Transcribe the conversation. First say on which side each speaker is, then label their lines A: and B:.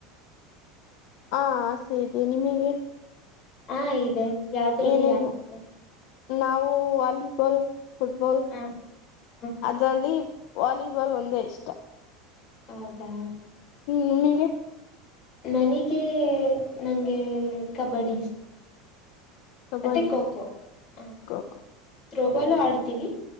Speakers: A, on the left; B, on the left.
A: ಹಾ ಆಸೆ ಇದೆ ನಿಮಗೆ
B: ಹಾ ಇದೆ ಯಾವ್ದ್ರಲ್ಲಿ
A: ಏನೇನು
B: ಆಡ್ತೀರ
A: ನಾವು ವಾಲಿಬಾಲ್ ಫುಟಬಾಲ್
B: ಹ ಹ ಹ
A: ಅದರಲ್ಲಿ ವಾಲಿಬಾಲ್ ಒಂದೇ ಇಷ್ಟ
B: ಹೌದಾ
A: ಹ್ಮ್ ನಿನಿಗೆ
B: ನನಿಗ ನಂಗೆ ಕಬಡ್ಡಿ ಇಷ್ಟ
A: ಕಬಡ್ಡಿ
B: ಮತ್ತೆ ಖೋಖೋ ಹ
A: ಖೋ ಖೋ
B: ತ್ರೋಬಾಲು ಆಡ್ತೀವಿ